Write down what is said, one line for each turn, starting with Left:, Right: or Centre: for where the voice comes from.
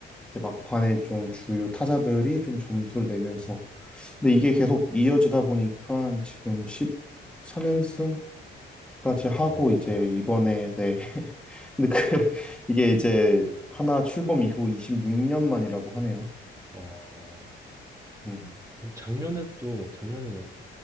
Centre: 이제 막판에 좀 주요 타자들이 좀 점수를 내면서 근데 이게 계속 이어지다 보니까 지금 13연승까지
Right: 어,
Centre: 하고 이제 이번에 네 <laughs> 근데 그 이게 이제 하나 출범 이후 26년 만이라고 하네요.
Right: 어. 어.
Centre: 음.
Right: 작년에 또, 작년에